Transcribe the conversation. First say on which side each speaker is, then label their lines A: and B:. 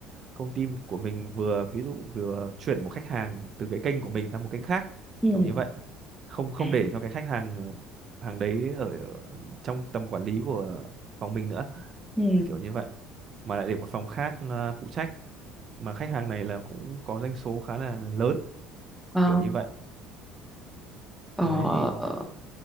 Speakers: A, on the right; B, in the centre.
A: công ty của mình vừa ví dụ vừa chuyển một khách hàng từ cái kênh của mình sang một kênh khác
B: Ừ.
A: kiểu như vậy không không
B: À.
A: để cho cái khách hàng hàng đấy ở trong tầm quản lý của phòng mình nữa
B: Ừ.
A: kiểu như vậy mà lại để một phòng khác ờ, phụ trách mà khách hàng này là cũng có doanh số khá là lớn
B: Ờ,
A: kiểu như vậy
B: ờ,
A: đấy thì
B: ờ.